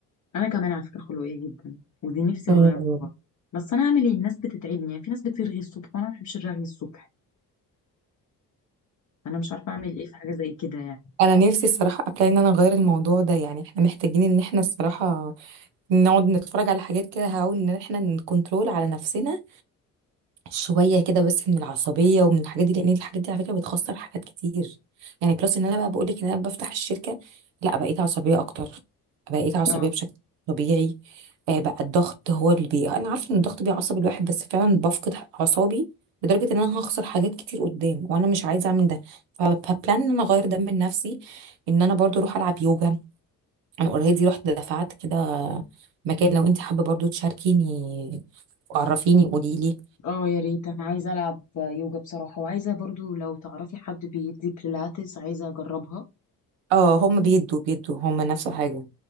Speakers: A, on the left (about 40°); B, on the right (about 65°).
A: انا كمان على فكره خلقيه جدا ودي نفسي
B: أم،
A: اغيرها برضه بس انا اعمل ايه الناس بتتعبني يعني في ناس بترغي الصبح وانا ما بحبش الرغي الصبح انا مش عارفه اعمل ايه في حاجه زي كده يعني
B: انا نفسي الصراحة ابلاي ان انا اغير الموضوع ده يعني احنا محتاجين ان احنا الصراحة نقعد نتفرج على حاجات كده هقول ان احنا نكنترول على نفسنا شويه كده بس من العصبيه ومن الحاجات دي لان الحاجات دي على فكره بتخسر حاجات كتير يعني بلس ان انا بقى بقول لك ان انا بفتح الشركه لا بقيت عصبيه اكتر بقيت عصبيه
A: اه
B: بشكل طبيعي آه، بقى الضغط هو اللي بي انا عارفه ان الضغط بيعصب الواحد بس فعلا بفقد اعصابي لدرجه ان انا هخسر حاجات كتير قدام وانا مش عايزه اعمل ده فبلان ان انا اغير ده من نفسي ان انا برضو اروح العب يوجا انا اوريدي رحت دفعت كده مكان لو انت حابه برضو تشاركيني وعرفيني قولي لي
A: اه يا ريت انا عايزه العب يوجا بصراحه وعايزه برضو لو تعرفي حد بيدي بيلاتس عايزه اجربها
B: اه هم بيدوا بيدوا هم نفس الحاجة